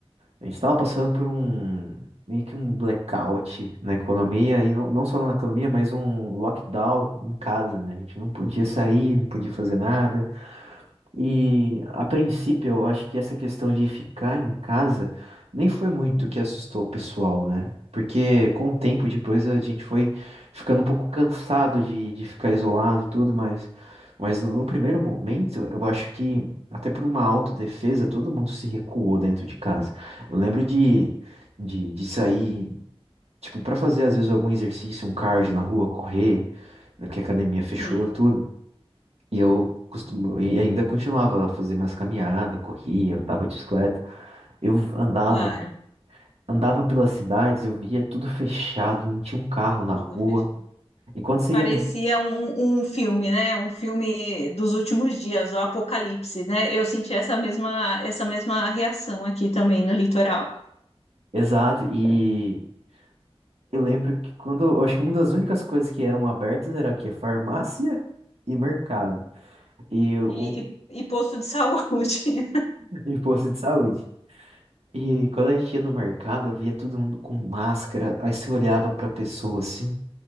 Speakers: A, on the right; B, on the left.
A: a gente tava passando por um, meio que um blackout na economia, e não, não só na economia, mas um lockdown em casa, né? A gente não podia sair, não podia fazer nada. E a princípio, eu acho que essa questão de ficar em casa nem foi muito
B: Sim,
A: o que assustou o pessoal, né? Porque com o tempo depois a gente foi ficando um pouco cansado de, de ficar isolado e tudo, mas, mas no, primeiro momento, eu acho que até por uma autodefesa, todo mundo se recuou dentro de casa. Eu lembro de, de, de sair, tipo, para fazer às vezes algum exercício, um cardio na rua, correr, né, porque a academia fechou,
B: sim,
A: tudo. E eu costumo, e ainda continuava a fazer minhas caminhadas, corria, andava de bicicleta. Eu andava,
B: claro.
A: andava pelas cidades, eu via tudo fechado, não tinha um carro na
B: Tudo
A: rua.
B: fechado.
A: E quando você
B: Parecia
A: ia no...
B: um, um um filme, né? Um filme dos últimos dias, o Apocalipse, né? Eu senti essa mesma, essa mesma reação aqui também no litoral.
A: Exato, e eu lembro que quando, eu acho que uma das únicas coisas que eram abertas era o quê? Farmácia e mercado. E o
B: E, e, e posto de saúde. <laughs>
A: <laughs> e posto de saúde. E quando a gente ia no mercado, eu via todo mundo com máscara. Aí você olhava pra pessoa assim,